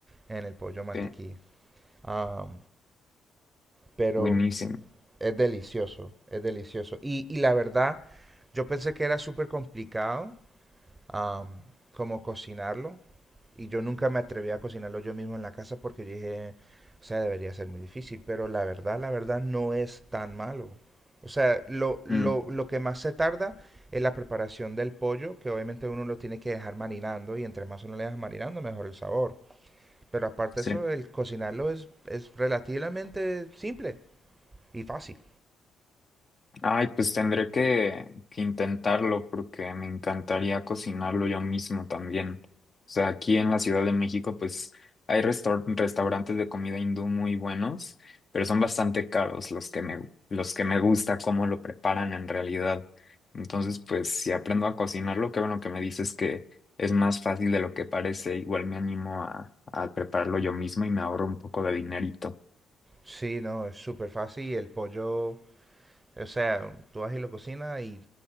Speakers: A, on the right; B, on the left.
A: en el pollo mantequilla.
B: Sí,
A: Am, pero
B: buenísimo.
A: es delicioso, es delicioso. Y, y la verdad, yo pensé que era súper complicado am, como cocinarlo. Y yo nunca me atreví a cocinarlo yo mismo en la casa porque dije, o sea, debería ser muy difícil. Pero la verdad, la verdad no es tan malo. O sea, lo, lo,
B: Mm.
A: lo que más se tarda es la preparación del pollo, que obviamente uno lo tiene que dejar marinando y entre más uno le deja marinando, mejor el sabor. Pero aparte
B: Sí.
A: de eso, el cocinarlo es, es relativamente simple y fácil.
B: Ay, pues tendré que, que intentarlo porque me encantaría cocinarlo yo mismo también. O sea, aquí en la Ciudad de México, pues hay restaur- restaurantes de comida hindú muy buenos, pero son bastante caros los que me, los que me gusta cómo lo preparan en realidad. Entonces, pues si aprendo a cocinarlo, qué bueno que me dices que es más fácil de lo que parece. Igual me animo a, a prepararlo yo mismo y me ahorro un poco de dinerito.
A: Sí, no, es súper fácil el pollo O sea, tú vas y lo cocinas y